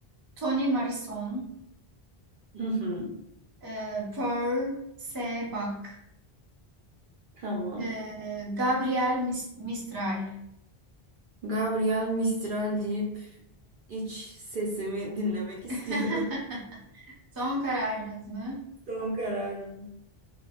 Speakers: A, on the right; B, on the right.
A: Toni Morrison,
B: Hı hı.
A: Ee, Pearl Sebak.
B: Tamam.
A: Ee, Gabriel Mis- Mistral.
B: Gabriel Mistral deyip iç sesimi dinlemek istiyorum.
A: <laughs> Son kararınız mı?
B: <laughs> Son kararım.